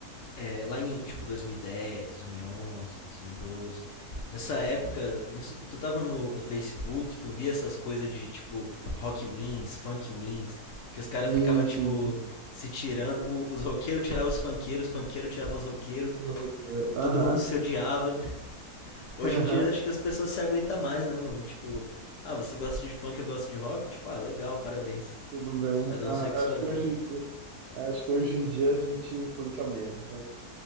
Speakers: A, on the left (about 60°); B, on the right (about 80°).
A: é, lá em tipo 2010, 2011, 2012, nessa época, não sei, tu tava no, no Facebook, tu via essas coisas de tipo rock wins, funk wins, que os
B: Sim,
A: caras ficavam tipo
B: sim, sim.
A: se tirando, o- os roqueiros tiravam os funkeiros, os funkeiros tiravam os roqueiros,
B: Tudo que Aham,
A: todo mundo se odiava,
B: aham,
A: Hoje em dia acho que as pessoas se aguentam mais, né, mano? Tipo, ah, você gosta de funk, eu gosto de rock? Tipo, ah, legal, parabéns.
B: tudo bem.
A: Cada
B: Aham.
A: um segue sua
B: Acho
A: vida.
B: que hoje, em dia- acho que hoje em dia a gente clica menos, né?